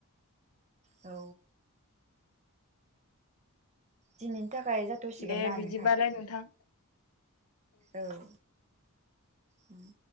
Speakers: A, on the right; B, on the left.
A: औ। दिनैनि थाखाय जाथ'सिगोन
B: दे
A: ना
B: बिदिबालाय
A: नोंथां
B: नोंथां
A: औ उम